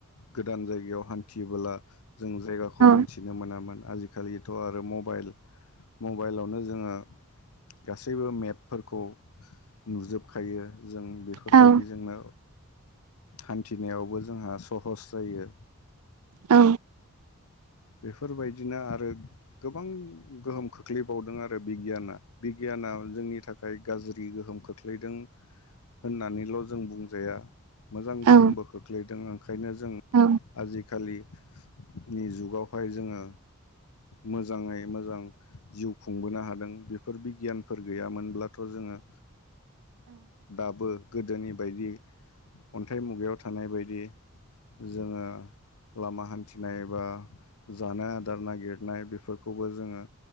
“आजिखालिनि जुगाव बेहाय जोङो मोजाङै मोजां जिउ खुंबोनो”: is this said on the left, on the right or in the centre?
Left